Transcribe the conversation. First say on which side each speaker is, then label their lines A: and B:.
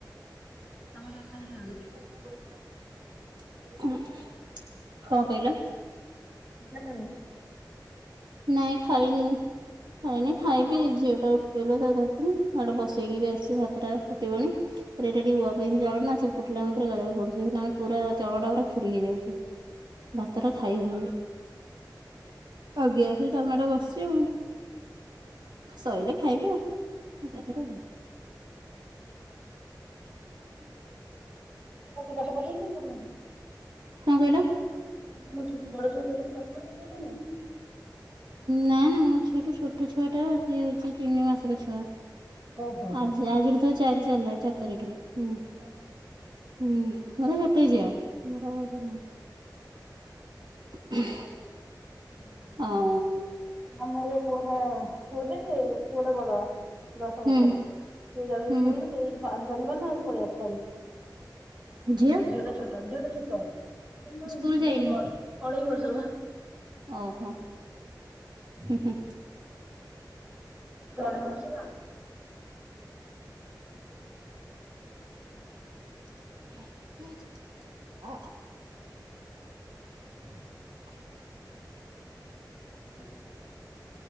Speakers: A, on the right; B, on the right.
A: ହ <unintelligible>
B: ତମେ କଣ ଖାଇସାରିଲଣି?
A: କଣ କହିଲ?
B: <unintelligible>
A: ନାଇଁ ଖାଇନି ଖାଇନି ଖାଇବେ ଝିଅ ଟା ଉଠି ପଇଲା ତାକୁ ଧରିଥିଲି। ହେଆଡେ ବସେଇକି ବି ଆସିିଚି ଭାତ ଟା ଫୁଟିବଣି। ଏଇଟା ଟିକେ ୁ <unintelligible> ଆ ସେ ଚଳ ନା ସେ ଫୁଟା ମରେ ଗାଳଆକୁ ପଡୁିବ ପୁରା ଚଳଟ ପୁରା ଖୀ ହେଇଯାଉଛି
B: <inaudible>
A: ଭାତ ରା ଖାଇ ହଉନି। ଆଜ୍ଞା ଆସ ଡାଲମାଟା ବସି ଆଉ ସୋଇିଲଲେ ଖାଇବୁ ଆଉ <unintelligible> ାଥ <unintelligible>
B: ହୁଁ
A: ହୁଁ
B: କଠ ପଛନ୍ଦ ନା କରଁ <unintelligible>
A: କଣ କହିଲ?
B: ନା ତମ ଛଟ ବଡଛଆ ଯାଇେ ପାଠ ପଢାକୁ ଯାଉଛ ନା <inaudible>
A: ନା ନା ମୋ ଝିଅଟା ଛୋଟ ଛୁଆ ଟା ସିଏ ହଉଚି ତିନି ମାସର ଛୁଆ।
B: ଓହୋ।
A: ଆଜି ଆଜିଠୁ ତ ଚାରି ଚାଲିଲା ଚାରି ତାରିଖ ଠୁ ହୁଁ।
B: ଓହୋ।
A: ହୁଁ ମର ଗୋଟେ ଝିଅ ମୋର ଆଉ କେହିନାହାନ୍ତି।
B: ହୁଁ।
A: ହଁ।
B: ଆମର ପୁଅଟା ପୁଅଟେ ପୁଅଟା ବଡ଼। ଦଶ ବର୍ଷର
A: ହୁଁ
B: ସିଏ ଯାଇଚି
A: ହୁଁ
B: ସ୍କୁଲ୍ ସେଇ ଆଜି ଶନିବାରନା ଆଜି ପଳେଇ ଆସିଲାଣି
A: ଝିଅ
B: ଆଁ ଝିଅଟା ଛୋଟ ଝିଅଟା ଛୋଟ। ମାନେ
A: ସ୍କୁଲ ଯାଇନି
B: ଯୋଉ ଅଢ଼େଇ ବର୍ଷର।
A: ଓହୋ ହୁଁ ହୁଁ।
B: ଦେଢ଼ ବର୍ଷରେ।
A: <inaudible> <inaudible>
B: <inaudible>